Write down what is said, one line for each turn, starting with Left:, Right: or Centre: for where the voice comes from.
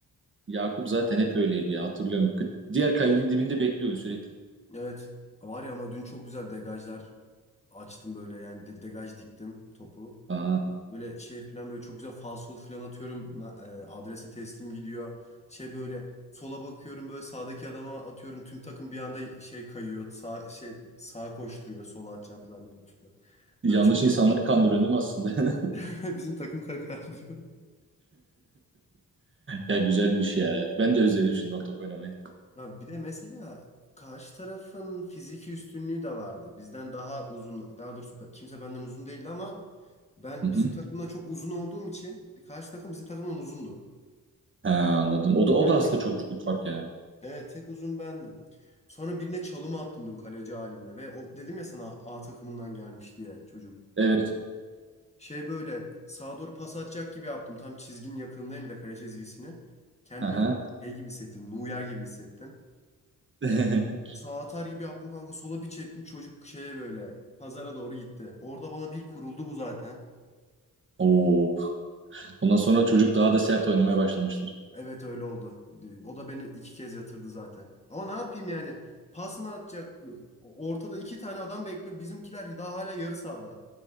Right: Yakup zaten hep öyleydi ya hatırlıyorum. K- Diğer kalenin dibinde bekliyordu sürekli.
Left: Evet var ya ama dün çok güzel degajlar açtım böyle yani de- degaj diktim topu.
Right: Aa,
Left: Böyle şey falan böyle çok güzel falsolu falan atıyorum. Ma- e, Adrese teslim gidiyor. Şey böyle sola bakıyorum böyle sağdaki adama atıyorum. Tüm takım bir anda şey kayıyor. Sağ şey sağa koşturuyor. Sola atacağım zannediyor.
Right: yanlış
Left: Böyle çok
Right: insanları kandıran değil mi aslında? <laughs>
Left: <laughs> bizim takım kakar diyor.
Right: Ya güzelmiş ya. Ben de özledim şimdi Octop oynamayı.
Left: Ya bir de mesela karşı tarafın fiziki üstünlüğü de vardı. Bizden daha uzun, daha doğrusu ben- kimse benden uzun değildi ama ben
Right: Hı hı.
Left: bizim takımdan çok uzun olduğum için karşı takım bizim takımdan uzundu.
Right: Ha, anladım. O da o
Left: Yani
Right: da aslında çok büyük fark ya.
Left: Evet tek uzun bendim. Sonra birine çalım attım dün kaleci halimle ve o dedim ya sana A takımından gelmiş diye çocuk.
Right: Evet.
Left: Şey böyle sağa doğru pas atacak gibi yaptım. Tam çizginin yakınındayım bir de kale çizgisinin. Kendimi
Right: Aha.
Left: şey gibi hissettim. Neuer gibi hissettim.
Right: <laughs>
Left: Ee, sağa atar gibi yaptım kanka sola bir çektim çocuk şeye böyle pazara doğru gitti. Orada bana bir kuruldu bu zaten.
Right: Oo. Ondan sonra çocuk daha da sert oynamaya başlamıştır.
Left: Evet öyle oldu. O da beni iki kez yatırdı zaten. Ama ne yapayım yani? Pas mı atacak? Ortada iki tane adam bekliyor. Bizimkiler daha hala yarı sahada.